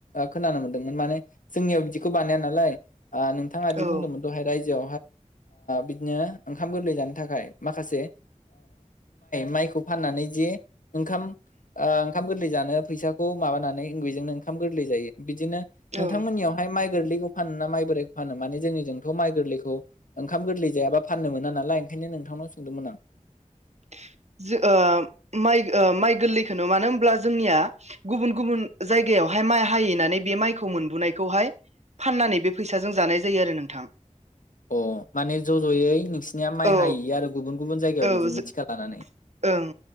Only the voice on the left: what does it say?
खोनानो मोनदोंमोन माने जोंनियाव बिदिखौ बानाया नालाय नोंथाङादि
बुंदोंमोन दहाय रायजो बिदिनो ओंखाम गोरलै जानो थाखाय माखासे माइ खौ फाननानै जे ओंखाम ओ ओंखाम गोरलै जानो फैसाखौ माबानानै इ बेजोंनो ओंखाम गोरलै जायो बिदिनो
बिथांमोननियावहाय माइ गोरलैखौ फान ना माइ बोराइखौ फानो मान जोंनिजोंथ' माइ गोरैखौ ओंखाम गोरलै जायाबा फाननो मोन नालाय। खायनो नोंथांनाव सोंदोंमोन आं।
अ माने ज' ज'यै नोंसिनिया माइ
हायि आरो गुबुन गुबुन जायगायाव
बिदिनो
थिखा लानानै।